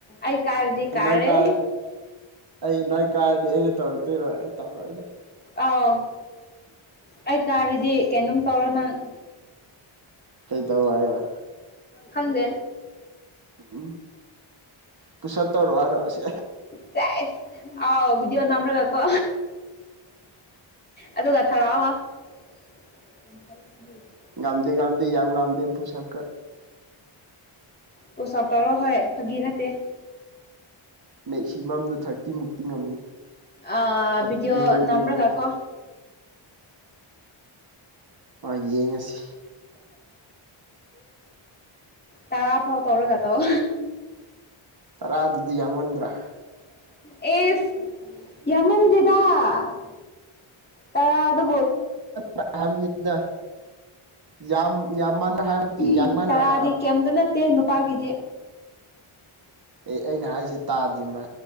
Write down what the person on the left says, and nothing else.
ꯑꯩ ꯀꯥꯔꯗꯤ ꯀꯥꯔꯦ
ꯑꯥꯎ ꯑꯩ ꯀꯥꯔꯤꯗꯤ ꯀꯩꯅꯣꯝ ꯇꯧꯔꯣ ꯅꯪ
ꯈꯪꯗꯦ
ꯆꯥꯏꯁ ꯑꯥꯎ ꯕꯤꯗꯤꯑꯣ ꯅꯝꯔꯒꯀꯣ ꯑꯗꯨꯒ ꯊꯔꯛꯑꯣ ꯍꯥ <unintelligible>
ꯄꯨꯁꯞ ꯇꯧꯔꯣ ꯍꯣꯏ ꯐꯒꯤ ꯅꯠꯇꯦ
ꯑꯥ
ꯕꯤꯗꯤꯑꯣ
ꯅꯝꯔꯒ
ꯀꯣ
ꯇꯔꯥꯐꯥꯎ ꯇꯧꯔꯒ ꯇꯧ
ꯏꯁ ꯌꯥꯝꯃꯟꯗꯦꯗꯥ ꯇꯔꯥꯗꯨ
ꯎꯝ
ꯇꯔꯥꯗꯤ
ꯀꯩꯝꯇ ꯅꯠꯇꯦ ꯅꯨꯄꯥꯒꯤꯗꯤ